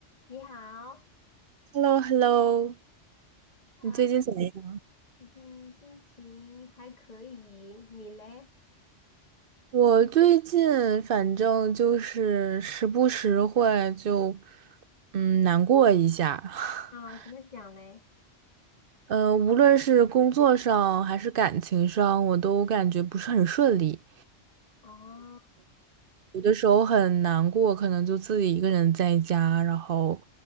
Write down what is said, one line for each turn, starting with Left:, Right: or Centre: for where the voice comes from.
Left: 你好，
Right: Hello，Hello，
Left: 啊、
Right: 你最近怎么样？
Left: 这最近心情还可以，你嘞？
Right: 我最近反正就是时不时会就，嗯，难过一下。<laughs>
Left: 啊、怎么讲嘞？
Right: 嗯，无论是工作上还是感情上，我都感觉不是很顺利。
Left: 哦，
Right: 有的时候很难过，可能就自己一个人在家，然后